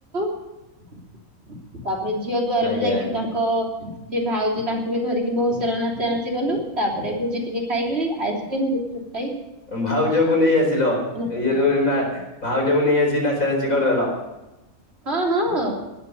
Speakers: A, on the right (about 45°); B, on the left (about 65°).
A: <unintelligible> ତାପରେ ଝିଅ ଦ୍ୱାର
B: ଆଜ୍ଞା
A: ବି ଯାଇକି
B: ଆଜ୍ଞା
A: ତାଙ୍କ ଯିଏ ଭାଉଜ ତାଙ୍କୁ ବି ଧରିକି ବହୁତ ସାରା ନାଚା ନାଚି କଲୁ ତାପରେ ଭୋଜି ଟିକେ ଖାଇକି ଆଇସ୍କ୍ରିମ ଗୁ ସୁୁଟାଇ
B: ଭାଉଜଙ୍କୁ ନେଇ ଆସିଲ
A: କଲୁ
B: ଇଏ ର ମା ଭାଉଜଙ୍କୁ ନେଇ ଆସିିକି ନାଚା ନାଚି କରିଦେଲ।
A: ହଁ-ହଁ।